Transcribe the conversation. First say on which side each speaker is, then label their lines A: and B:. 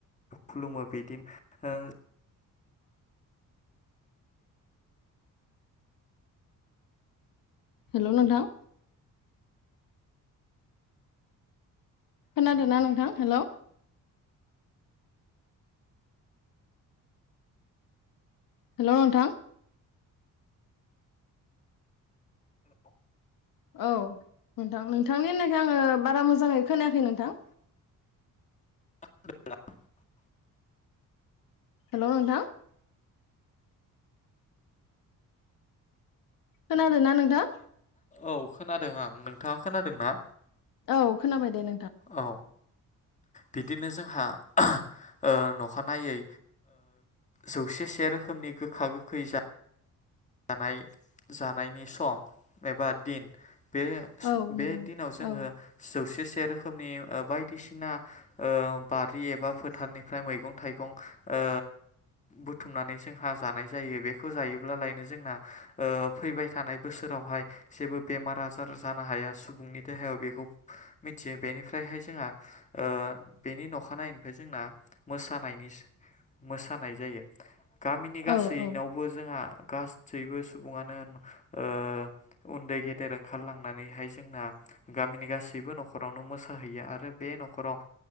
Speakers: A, on the left (about 20°); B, on the left (about 80°).
A: खुलुमो बिदिनो ओ
B: हेलौ नोंथां खोनादों ना नोंथां? हेलौ। हेलौ नोंथां औ नोंथां नोंथांनि होननायखो आङो बारा मोजाङै खोनायाखै नोंथां।
A: <unintelligible>
B: हेलौ नोंथां। खोनादों ना नोंथां?
A: औ खोनादों आं नोंथाङा खोनादोंना?
B: औ खोनाबाय दे नोंथां।
A: औ बिदिनो जोंहा ओ नखानायै जौसेसे रोखोमनि गोखा गोखै जा जानाय जानायनि सम एबा दिन बे-बे
B: औ नंगौ
A: दिनाव जोङो
B: औ
A: जौसेसे से रोखोमनि बायदिसिना ओ बारि एबा फोथारनिफ्राय मैगं थाइगं ओ बुथुमनानै जोंहा जानाय जायो बेखौ जायोब्लालाय नो जोंना ओ फैबाय थानाय बोसोरावहाय जेबो बेमार आजार जानो हाया सुबुंनि देहायाव बेखौ मिथियो बेनिफ्रायहाय जोंहा ओ बेनि अखानायैनिफ्राय जोंना मोसानायनि मोसानाय जायो। गामिनि गासैनावबो
B: औ औ
A: जोंहा गासैबो सुबुङानो ओ उन्दै गेदेर ओंखारलांनानैहाय जोंना गामिनि गासैबो न'खरावनो मोसाहैयो आरो बे न'खराव